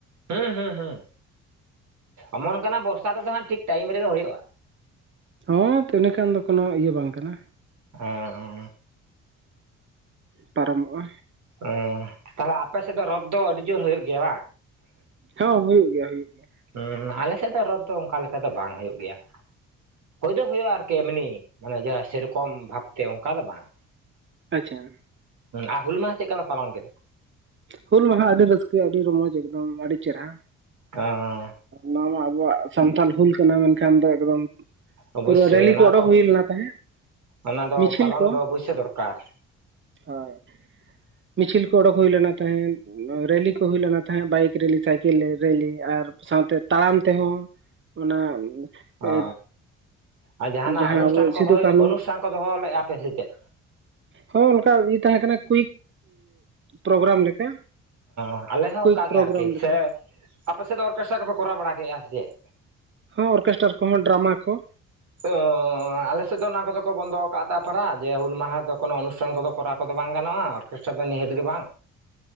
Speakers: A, on the right (about 70°); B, on the right (about 40°).
A: ᱦᱩᱸ ᱦᱩᱸ ᱦᱩᱸ ᱚᱢᱚᱱ ᱟᱠᱟᱱᱟ ᱵᱚᱨᱥᱟ ᱛᱮᱫᱚ ᱦᱟᱸᱜ ᱴᱷᱤᱠ ᱴᱟᱭᱤᱢ ᱨᱮᱜᱮ ᱦᱩᱭᱩᱜᱼᱟ
B: ᱦᱩᱸ ᱛᱟᱦᱞᱮ ᱠᱷᱟᱱ ᱫᱚ ᱠᱳᱱᱚ ᱤᱭᱟᱹ ᱵᱟᱝ ᱠᱟᱱᱟ
A: ᱦᱮᱸ ᱦᱮᱸ
B: ᱯᱟᱨᱚᱢᱚᱜᱼᱟ
A: ᱚᱸ ᱛᱟᱦᱞᱮ ᱟᱯᱮ ᱥᱮᱫ ᱫᱚ ᱨᱚᱛ ᱫᱚ ᱟᱹᱰᱤ ᱡᱳᱨ ᱦᱩᱭᱩᱜ ᱜᱮᱭᱟ ᱵᱟᱝ
B: ᱦᱚᱸ ᱦᱩᱭᱩᱜ ᱜᱮᱭᱟ ᱦᱩᱭᱩᱜ ᱜᱮᱭᱟ
A: ᱦᱮᱸ ᱟᱞᱮᱥᱮᱫ ᱫᱚ ᱨᱚᱛ ᱫᱚ ᱚᱱᱠᱟ ᱞᱮᱠᱟ ᱫᱚ ᱵᱟᱝ ᱦᱩᱭᱩᱜ ᱜᱮᱭᱟ ᱦᱩᱭ ᱫᱚ ᱦᱩᱭᱩᱜᱼᱟ ᱟᱨᱠᱤ ᱮᱢᱱᱤ ᱢᱟᱱᱮ ᱡᱟᱦᱟᱸ ᱥᱮᱨᱚᱠᱚᱢ ᱵᱷᱟᱵᱛᱮ ᱚᱱᱠᱟ ᱫᱚ ᱵᱟᱝ
B: ᱟᱪᱪᱷᱟ
A: ᱟᱨ ᱦᱩᱞ ᱢᱟᱦᱟ ᱪᱮᱫ ᱞᱮᱠᱟ ᱯᱮ ᱯᱟᱞᱚᱱ ᱠᱮᱫᱟ
B: ᱦᱩᱞ ᱢᱟᱦᱟ ᱟᱹᱰᱤ ᱨᱟᱹᱥᱠᱟᱹ ᱟᱹᱰᱤ ᱨᱚᱢᱚᱡᱽ ᱮᱠᱫᱚᱢ ᱟᱹᱰᱤ ᱪᱮᱦᱨᱟ
A: ᱦᱟᱸ
B: ᱱᱚᱣᱟ ᱢᱟ ᱟᱵᱚᱣᱟᱜ ᱥᱟᱱᱛᱟᱞ ᱦᱩᱞ ᱠᱟᱱᱟ ᱢᱮᱱᱠᱷᱟᱱ ᱫᱚ ᱮᱠᱫᱚᱢ
A: ᱚᱵᱚᱥᱥᱳᱭ
B: ᱯᱩᱨᱟᱹ ᱨᱮᱞᱤ
A: ᱚᱱᱟ
B: ᱠᱚ ᱚᱰᱩᱚᱠ
A: ᱛᱚ
B: ᱦᱩᱭ ᱞᱮᱱᱟ ᱛᱟᱦᱮᱸᱫ
A: ᱚᱱᱟ ᱫᱚ
B: ᱢᱤᱪᱷᱤᱞ
A: ᱯᱟᱞᱚᱱ
B: ᱠᱚ
A: ᱫᱚ ᱚᱵᱚᱥᱥᱳᱭ ᱫᱚᱨᱠᱟᱨ
B: ᱦᱳᱭ ᱢᱤᱪᱷᱤᱞ ᱠᱚ ᱚᱰᱳᱠ ᱦᱩᱭ ᱞᱮᱱᱟ ᱛᱟᱦᱮᱸᱫ ᱨᱮᱞᱤ ᱠᱚ ᱦᱩᱭ ᱞᱮᱱᱟ ᱛᱟᱦᱮᱸᱫ ᱵᱟᱭᱤᱠ ᱨᱮᱞᱤ ᱥᱟᱭᱠᱮᱞ ᱨᱮᱞᱤ ᱟᱨ ᱥᱟᱶᱛᱮ ᱛᱟᱲᱟᱢ ᱛᱮᱦᱚᱸ ᱚᱱᱟ
A: ᱚ
B: ᱮ,
A: ᱟᱨ ᱡᱟᱦᱟᱱᱟᱜ
B: ᱡᱟᱦᱟᱸ
A: ᱚᱱᱩᱥᱴᱷᱟᱱ
B: ᱟᱵᱚ
A: ᱠᱚ
B: ᱥᱤᱫᱩ
A: ᱦᱩᱭ
B: ᱠᱟᱹᱱᱦᱩ
A: ᱚᱱᱩᱥᱴᱷᱟᱱ ᱠᱚ ᱫᱚᱦᱚ ᱞᱮᱫᱼᱟ ᱯᱮ ᱥᱮ ᱪᱮᱫ
B: ᱦᱚᱸ ᱚᱱᱠᱟ ᱤᱭᱟᱹ ᱛᱟᱦᱮᱸ ᱠᱟᱱᱟ ᱠᱩᱭᱤᱠ ᱯᱨᱳᱜᱽᱨᱟᱢ ᱞᱮᱠᱟ
A: ᱚᱸ ᱟᱞᱮ ᱦᱚᱸ
B: ᱠᱩᱭᱤᱠ
A: ᱚᱝᱠᱟ
B: ᱯᱨᱳᱜᱨᱟᱢ
A: ᱜᱮ ᱟᱨᱠᱤ
B: ᱞᱮᱠᱟ
A: ᱥᱮ ᱟᱯᱮ ᱥᱮᱫ ᱫᱚ ᱚᱨᱠᱮᱥᱴᱟᱨᱟᱠᱚᱯᱮ ᱠᱚᱨᱟᱣ ᱵᱟᱲᱟ ᱠᱮᱫᱼᱟ ᱥᱮ ᱪᱮᱫ
B: ᱦᱚᱸ ᱚᱨᱠᱮᱥᱴᱟᱨ ᱠᱚᱦᱚᱸ ᱰᱨᱟᱢᱟ ᱠᱚ
A: ᱚᱸ ᱟᱞᱮ ᱥᱮᱫ ᱫᱚ ᱚᱱᱟ ᱠᱚᱫᱚ ᱠᱚ ᱵᱚᱱᱫᱚ ᱟᱠᱟᱫ-ᱟ ᱛᱟ ᱯᱟᱨᱟ ᱡᱮ ᱦᱩᱞ ᱢᱟᱦᱟ ᱫᱚ ᱠᱚᱱᱚ ᱚᱱᱩᱥᱴᱷᱟᱱ ᱠᱚᱫᱚ ᱠᱚᱨᱟᱣ ᱠᱚ ᱫᱚ ᱵᱟᱝ ᱜᱟᱱᱚᱜᱼᱟ ᱟᱨ ᱠᱚᱥᱴᱟ ᱫᱚ ᱱᱤᱦᱟᱹᱛ ᱜᱮ ᱵᱟᱝ